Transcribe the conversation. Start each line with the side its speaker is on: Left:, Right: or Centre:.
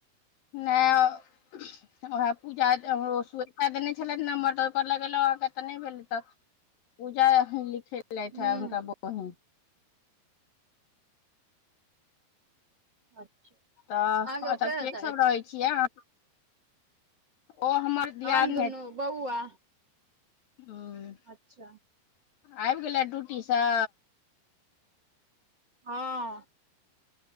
Left: नैय। उएह पूजा ऐते हमरो स्वेता देने छेलैथ नम्बर तऽ ओहिपर लगेलहुं अहाँके तऽ नहि भेल तऽ। पूजा अखेन लिखे लैथ
Right: हूँ
Left: उनका बहिन।
Right: अच्छा
Left: तऽ
Right: अहाँके ओ
Left: ओत
Right: हेतैथ
Left: के सब रहै छियैह ओ हमर दियादनी
Right: हम दुनू बौआ।
Left: ह।
Right: अच्छा।
Left: आइब गेलैथ ड्यूटीसँ?
Right: हँ।